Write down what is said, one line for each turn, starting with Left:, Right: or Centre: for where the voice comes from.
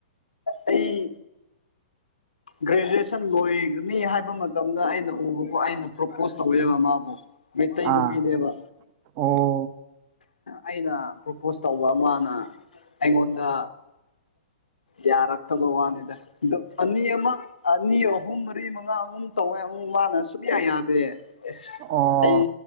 Left: ꯑꯩ ꯒ꯭ꯔꯦꯖꯨꯑꯦꯁꯟ ꯂꯣꯏꯒꯅꯤ ꯍꯥꯏꯕ ꯃꯇꯝꯗ ꯑꯩꯅ ꯎꯕꯀꯣ ꯑꯩꯅ ꯄ꯭ꯔꯣꯄꯣꯁ ꯇꯧꯋꯦꯕ ꯃꯥꯕꯨ ꯃꯩꯇꯩ ꯅꯨꯄꯤꯅꯦꯕ
Right: ꯑꯥ ꯑꯣ
Left: ꯑꯩꯅ ꯄ꯭ꯔꯣꯄꯣꯁ ꯇꯧꯕ ꯑꯃꯅ ꯑꯩꯉꯣꯟꯗ ꯌꯥꯔꯛꯇꯕ ꯋꯥꯅꯤꯗ ꯑꯗꯣ ꯑꯅꯤ ꯑꯃꯛ ꯑꯅꯤ ꯑ ꯑꯍꯨꯝ ꯃꯔꯤ ꯃꯉꯥꯃꯨꯨꯛ ꯇꯧꯋꯦ ꯑꯃꯨꯛ ꯃꯥꯅ ꯁꯨꯛꯌꯥ ꯌꯥꯗꯦ ꯑꯦꯁ
Right: ꯑꯣ
Left: ꯑꯩ